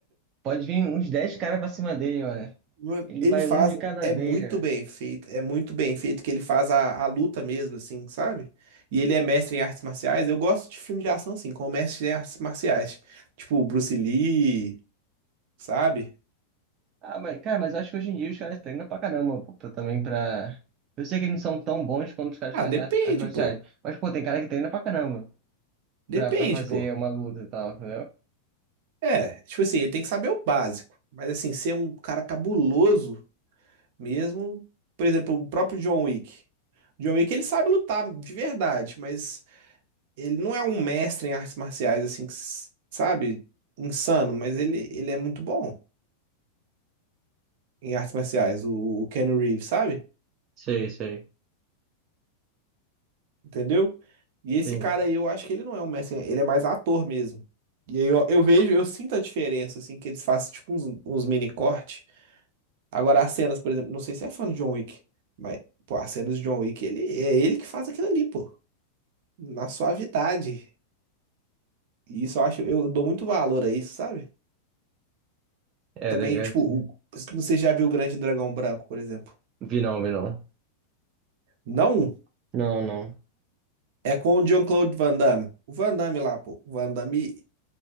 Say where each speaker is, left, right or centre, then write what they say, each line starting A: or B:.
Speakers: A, on the right; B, on the right.
A: Pode vir uns 10 caras pra cima dele, mano.
B: Mano,
A: Ele
B: ele
A: vai
B: faz.
A: um de cada
B: É
A: vez,
B: muito
A: né?
B: bem feito. É muito bem feito que ele faz a, a luta mesmo, assim, sabe? E ele é mestre em artes marciais. Eu gosto de filme de ação, assim, com mestre em artes marciais. Tipo, Bruce Lee, sabe?
A: Ah, mas, cara, mas eu acho que hoje em dia os caras treinam pra caramba, pô, pra- também pra. Eu sei que eles não são tão bons quanto os caras
B: Ah,
A: que fazem
B: depende,
A: as as marciais.
B: pô.
A: Mas, pô, tem cara que treina pra caramba
B: Depende,
A: pra, pra fazer
B: pô.
A: uma luta e tal, entendeu?
B: É, tipo assim, ele tem que saber o básico. Mas assim, ser um cara cabuloso. Mesmo, por exemplo, o próprio John Wick. John Wick, ele sabe lutar de verdade, mas ele não é um mestre em artes marciais, assim, que s- sabe? Insano, mas ele, ele é muito bom em artes marciais, o, o Keanu Reeves, sabe?
A: Sei, sei.
B: Entendeu? E esse
A: Sim.
B: cara aí, eu acho que ele não é um mestre, ele é mais ator mesmo. E aí eu, eu vejo, eu sinto a diferença, assim, que eles fazem, tipo, uns, uns mini corte. Agora, as cenas, por exemplo, não sei se é fã do John Wick, mas, pô, as cenas do John Wick, ele, é ele que faz aquilo ali, pô. na suavidade. E isso eu acho, eu dou muito valor a isso, sabe?
A: É,
B: Também,
A: legal.
B: tipo,
A: sim.
B: o, você já viu o Grande Dragão Branco, por exemplo?
A: Vi não, vi não.
B: Não,
A: Não, não.
B: é com o Jean-Claude Van Damme. O Van Damme lá, pô. O Van Damme,